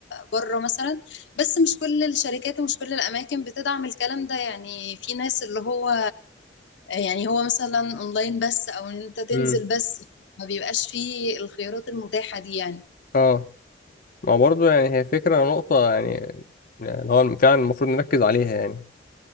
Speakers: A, on the left; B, on the left.
A: بره مثلا بس مش كل الشركات ومش كل الأماكن بتدعم الكلام ده يعني في ناس اللي هو يعني هو مثلا أونلاين بس أو إن أنت تنزل
B: امم
A: بس ما بيبقاش فيه الخيارات المتاحة دي يعني
B: اه ما هو برضو يعني هي فكرة نقطة يعني يعني اللي هو فعلا المفروض نركز عليها يعني